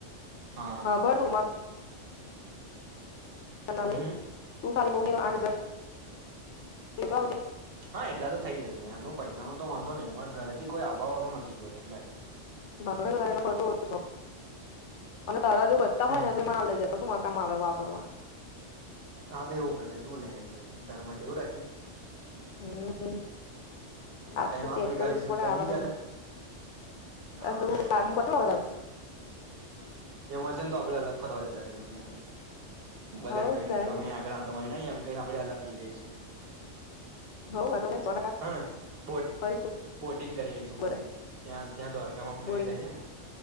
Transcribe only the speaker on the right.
હા હા
હમ હમ
હા એટલા તો થઈ જશે એમનો પૈસા ન તો વાંધો નહી પણ ઘરે થી કોઈ આવવા વાળું નથી જોડે એટલે.
હમ
હા તો એવું કરજે તું લઈ લેજે તાર મ ડેવું રાખ્યું.
ત
વાપરી
ગાડી
ત
નહી
ચાલે, હા.
એ વજન તો આપડે અલગ ફરવા જતા રશું ત્યાંથી. બધન
ક
ગમે આગળ આંમ કને આપડે અલગ જઈ આવીઈશું.
હાને બોટ
બોટિંગ કરી આવીઈશું
બોટિંગ ત્યાં ત્યાં દ્વારકામાં પેલું
એ થાય છે ને,